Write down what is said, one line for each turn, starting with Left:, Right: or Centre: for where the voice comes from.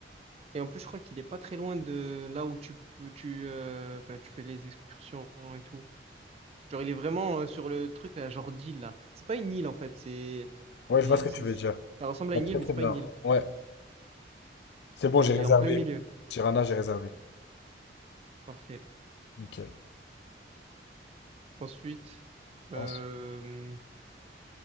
Right: Et en plus, je crois qu'il est pas très loin de là où tu peux, tu, euh, ben, tu fais les excursions et tout. Genre, il est vraiment euh, sur le truc, là, genre d'île, là. C'est pas une île, en fait. C'est,
Left: Ouais, je
Right: c'est,
Left: vois ce que
Right: c'est-
Left: tu veux dire.
Right: ça ressemble
Left: Je vois
Right: à une
Left: très
Right: île, mais
Left: très
Right: c'est
Left: bien.
Right: pas une île.
Left: Ouais. C'est bon,
Right: Ben,
Left: j'ai
Right: il
Left: réservé.
Right: est en plein milieu.
Left: Tirana, j'ai réservé.
Right: Parfait.
Left: Nickel.
Right: Ensuite, euh,
Left: Ensuite,